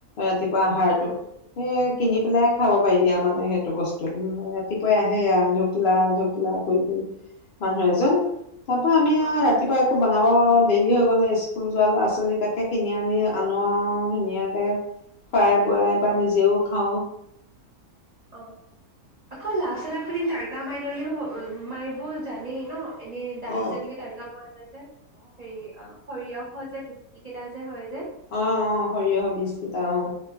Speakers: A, on the left; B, on the right.
A: ৰাতিপুৱা আহাৰতো
B: অ
A: সেই কিনি পেলাইহে খাব পাৰি আম। নাই হেড। টো বস্তু ৰাতিপুৱাই আহে আৰু ঢোকলা ঢোকলা কৰি কৰি <unintelligible> মানুহ এজন
B: উম
A: তাপা আমি আৰু
B: অ অ
A: ৰাতিপুৱা একো বান। অলপ দেৰি হৈ গ'লে স্কুল যোৱা ল'ৰা ছোৱালী তাকে কিনি আনি আনো আৰু ধুনীয়াকে খুৱাই বো। খোৱাই বা
B: অ
A: নিজেও খাওঁ।
B: অ' আকৌ লাষ্ট এটা আপুনি তাৰকা মাৰি ললেও মাৰিবও জানেই ন। এনে দালিত
A: অ
B: যেনেকে তাৰকা মাৰ যায় যে হেৰি অ' সৰিয়হ যে গু। টি কেইটা যে হয় যে।
A: অ' অ' সৰিয়হ বীজকিতা অ'।